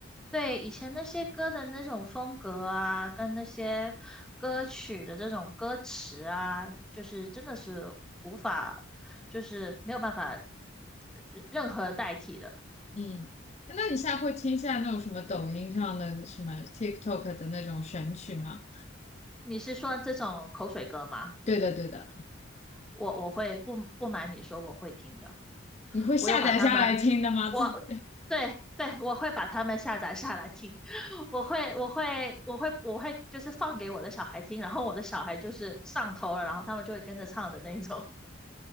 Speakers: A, in the centre; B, on the left.
A: 对，以前那些歌的那种风格啊，跟那些歌曲的这种歌词啊，就是真的是无法，就是没有办法呃任何代替的。
B: 嗯，那你现在会听现在那种什么抖音上的什么 TikTok 的那种神曲吗？
A: 你是说这种口水歌吗？
B: 对的，对的，
A: 我我会不不瞒你说，我会听的。
B: 你会下载下来听的吗？
A: 我有把他们，我对对，
B: 自
A: 我会把他们下载下来听。<laughs> 我会我会我会我会就是放给我的小孩听，然后我的小孩就是上头了，然后他们就会跟着唱的那种。